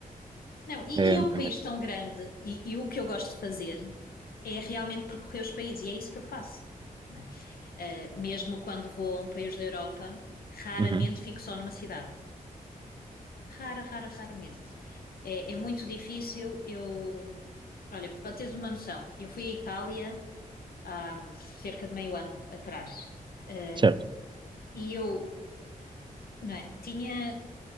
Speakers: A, on the left; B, on the right.
A: Não, e,
B: É,
A: e é um
B: é
A: país
B: muito.
A: tão grande, e, e o que eu gosto de fazer é realmente percorrer os países, e é isso que eu faço, né? Eh, mesmo quando vou a um país da Europa, raramente
B: Uhum,
A: fico só numa cidade. Rara, rara, raramente. É, é muito difícil. Eu, olha, para teres uma noção, eu fui à Itália há cerca de meio ano atrás, Eh,
B: certo,
A: e eu, não é, tinha,